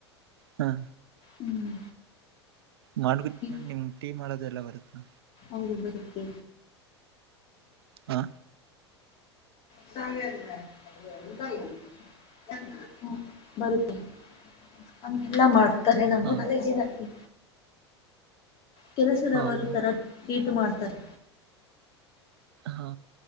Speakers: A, on the right; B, on the left.
A: ಹ್ಮ
B: ಹ್ಮ್
A: ಮಾಡ್ಬಿ
B: ಹ್ಮ್,
A: ನಿಮ್ ಟೀ ಮಾಡೋದೆ ಎಲ್ಲ ಬರುತ್ತಾ
B: ಹಬತ್ತ
A: ಹಾ
B: ಸೇಲ್ಲ ಹ ಬರುತ್ತೆಗೆಲ್ಲ ಮಾಡ ಕರೆ ನಮ್ಮನದ
A: ಹಾ
B: ಜ ನಗೆ ಕೆಲಸದವರು
A: ಹೌದಾ
B: ತರ ಕೇಟು ಮಾಡ್ತಾರೆ
A: ಹಾ